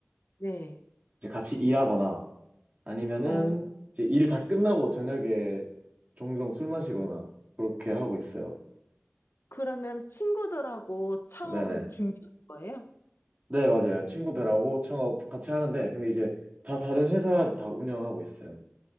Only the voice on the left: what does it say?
네.
어,
네.
그러면 친구들하고 창업을
준비할 거예요?